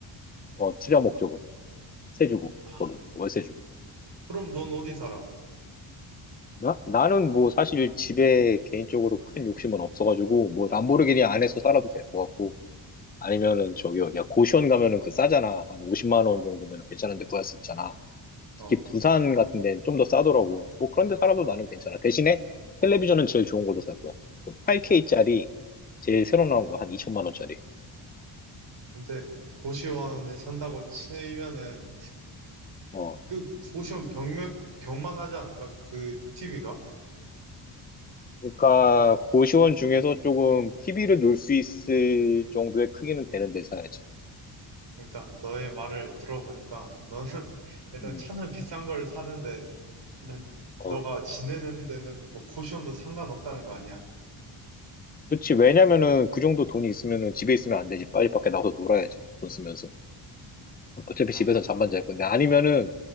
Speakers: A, on the left (about 20°); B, on the right (about 55°).
A: 어, 투자 목적은 세 주고
B: 아,
A: 거기 월세 주고.
B: 그럼 넌 어디 살아?
A: 나 나는 뭐 사실 집에 개인적으로 큰 욕심은 없어가지고 뭐 람보르기니 안에서 살아도 될 것 같고 아니면은 저기 어디야 고시원 가면은 그 싸잖아 한 50만 원 정도면 괜찮은데 구할 수 있잖아.
B: 어,
A: 특히 부산 같은 데는 좀 더 싸더라고. 뭐 그런데 살아도 나는 괜찮아. 대신에 텔레비전은 제일 좋은 걸로 살 거야. 그 8K짜리 제일 새로 나온 거 한 2천만 원짜리.
B: 근데 고시원에 산다고 치면은
A: 어.
B: 그 고시원 벽면, 벽만 하지 않을까? 그 TV가?
A: 그러니까 고시원 중에서 조금 TV를 놓을 수 있을 정도의 크기는 되는 데 사야지.
B: 그러니까 너의 말을 들어보니까 너는 <laughs> 일단
A: 음.
B: 차는 비싼 걸 사는데 난
A: 어.
B: 너가 지내는 데는 뭐 고시원도 상관없다는 거 아니야?
A: 그렇지. 왜냐면은 그 정도 돈이 있으면은 집에 있으면 안 되지. 빨리 밖에 나가서 놀아야지. 돈 쓰면서. 어차피
B: 아,
A: 집에서 잠만 잘 건데 아니면은